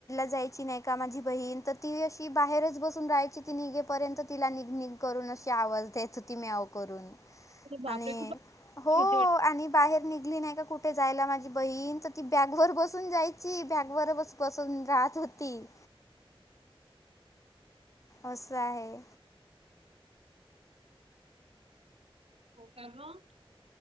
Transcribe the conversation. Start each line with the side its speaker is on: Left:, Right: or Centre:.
Left: जायची नाही का माझी बहीण ती. ती बाहेरच बसून राहायची. ती निघेपर्यंत तिला निघ निघ करून अशी आवाज द्यायच ती म्याव करून.
Right: अरे बापरे
Left: आणि
Right: खूपच
Left: हो
Right: होती वाट
Left: आणि बाहेर निघली नाही का. कुठे जायला माझी बहीण तर ती बॅगवर बसून जायची. बॅगवर बस बसून राहत होती. असं आहे.
Right: हो काय मग.